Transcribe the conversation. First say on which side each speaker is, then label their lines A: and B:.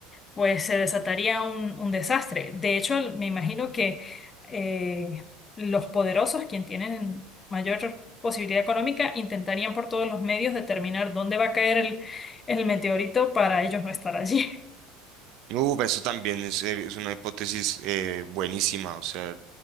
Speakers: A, on the left (about 30°); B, on the right (about 55°).
A: pues se desataría un, un desastre. De hecho, me imagino que eh, los poderosos, quien tienen mayor posibilidad económica, intentarían por todos los medios determinar dónde va a caer el, el meteorito para ellos no estar allí. <laughs>
B: Uh, eso también es, eh, es una hipótesis eh, buenísima. O sea,